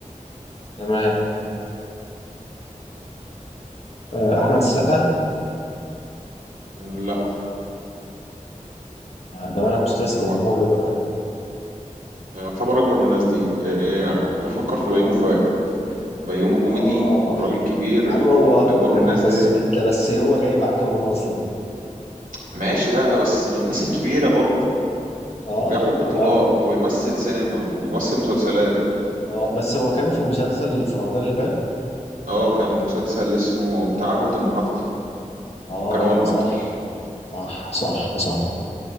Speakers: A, on the left; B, on the right.
A: تمام آه، أحمد السقا
B: لا
A: آه، ده أنا مستسلم
B: هو
A: قوله بقى
B: يعتبر اكبر من الناس دي إيه، انا كنت بفكر في بيومي فؤاد بيومي كوميدي
A: آه
B: راجل كبير
A: يا عم هو أكبر
B: اكبر
A: منهم
B: من الناس
A: بس
B: دي
A: ده بس هو جاي بعدهم أصلا
B: ماشي بقى بس من الناس الكبيرة برضو
A: آه
B: وبياخد بطولات
A: صراحة
B: وبيمثل سينما وبيمثل مسلسلات
A: اه بس هو كان في مسلسل في رمضان اللي فات
B: اه كان مسلسل اسمه بتاع قهوة المحطة
A: اه
B: وكان هو البطل
A: صح صح صح صح